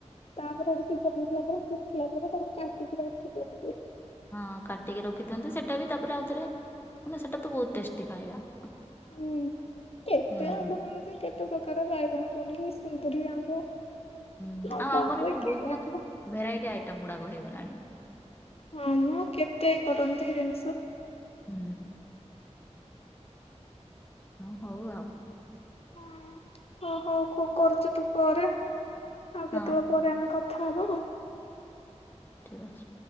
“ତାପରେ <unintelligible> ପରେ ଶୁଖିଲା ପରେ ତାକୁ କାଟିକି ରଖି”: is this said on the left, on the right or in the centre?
Left